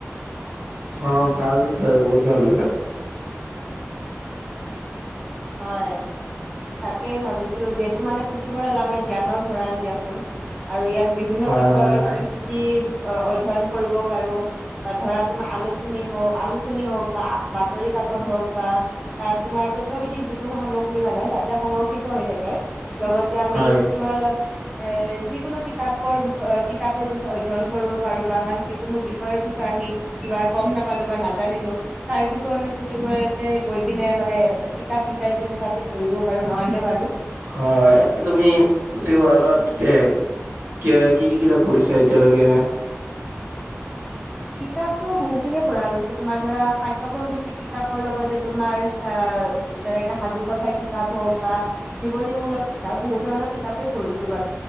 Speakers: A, on the right (about 45°); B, in the centre.
A: অ ভাল বিষয় বহুত ভাল বিষয়।
B: হয় তাকেই ভাবিছিলো যিহেতু মানে পুথিভঁৰাল আমা আমাৰ জ্ঞানৰ ভঁৰাল দিয়াচোন আৰু ইয়াত বিভিন্ন
A: হয়
B: বিষয়ৰ
A: হয়
B: আমি পুথি অ অধ্যয়ন কৰিব পাৰো। ধৰা তোমাৰ আলোচনী হওক, আলোচনী হওক বা বাতৰি কাকত হওক বা তোমাৰ অৰ্থ ভিত্তিক যিকোনো সামগ্ৰী মানে তাতে সংৰক্ষিত হৈ থাকে। লগতে আমি
A: হয়
B: পুথিভঁৰালত এ যিকোনো কিতাপ বিষয় কিতাপৰ বিষয়ে অধ্যয়ন কৰিব পাৰো বা আমাক যিকোনো বিষয়ৰ বিষয়ে আমি কিবা গম নাপালো বা নাজানিলো তাৰ বিষয়েও আমি পুথিভঁৰাতে গৈ পিনে মানে কিতাপ বিচাৰি পিনে তাতে পঢ়িব পাৰো নহয়নে বাৰু?
A: হয় হয় তুমি গোটেই ৱৰ্ল্ডত। এ কি কি কি কিতাপ পঢ়িছা এতিয়ালৈকে
B: কিতাপতো বহুখিনিয়ে পঢ়া গৈছে তোমাৰ ধৰা পাঠ্যক্ৰম ভিত্তিক কিতাপৰ লগতে তোমাৰ আহ যেনেকে সাধু কথাৰ কিতাপ হওক বা জীৱনীমূলক কিতাপ বহুত ধৰণৰ কিতাপে পঢ়িছো